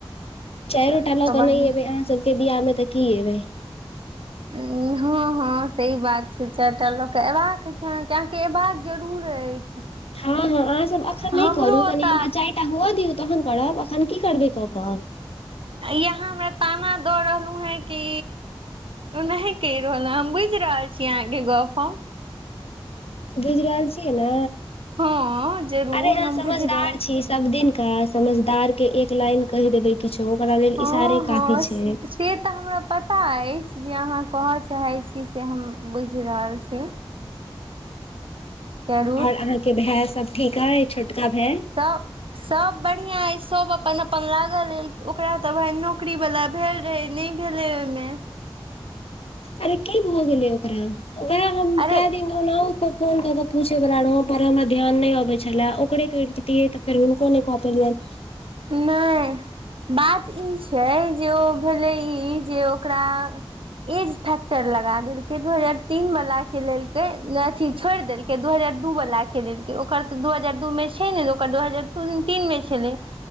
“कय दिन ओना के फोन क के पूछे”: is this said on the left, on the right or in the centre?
Left